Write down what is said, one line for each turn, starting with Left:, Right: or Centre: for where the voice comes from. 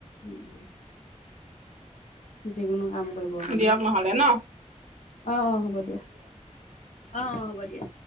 Left: উম, উম। যিকোনো কাম কৰিব কাৰণে।
Right: দিয়ক নহলে ন
Left: অ' অ' হ'ব দিয়া, অ' অ' হ'ব দিয়া।